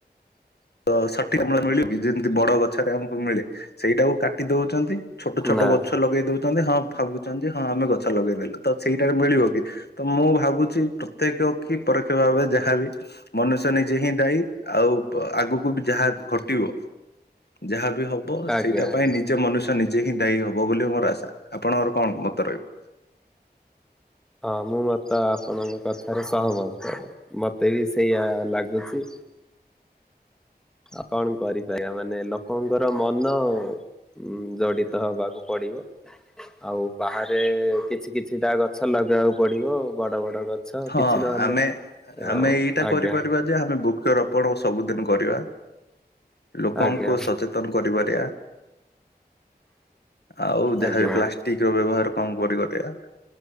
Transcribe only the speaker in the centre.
ନା
ଆଜ୍ଞା
ଆଜ୍ଞା।
ହଁ ମୁଁ ମତେ ଆପଣଙ୍କ କଥାରେ ସହମତ କରେ, ମତେ ବି ସେଇଆ ଲାଗୁଛି। ଆଉ କଣ କରିପାରିବା, ମାନେ ଲୋକଙ୍କର ମନ। ଉଁ ଜଡିତ ହବାକୁ ପଡିବ। ଆଉ ବାହାରେ କିଛି କିଛିଟା ଗଛ ଲଗେଇବାକୁ ପଡିବ, ବଡ ବଡ ଗଛ।
କିଛି ନହେଲେ
ଅ
ଆଜ୍ଞା
ଆଜ୍ଞା
ଆଜ୍ଞା
ଆଜ୍ଞା